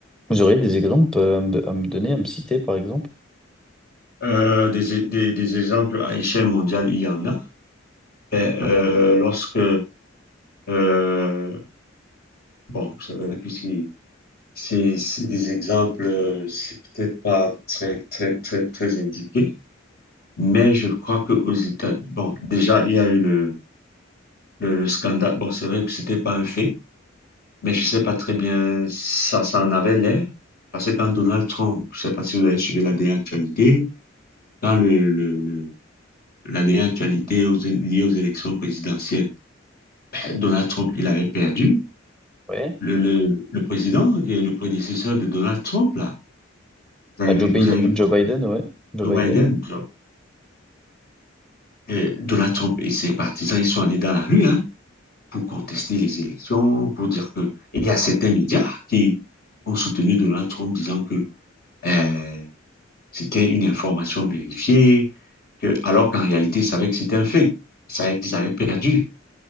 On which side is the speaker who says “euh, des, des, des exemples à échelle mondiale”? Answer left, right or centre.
Left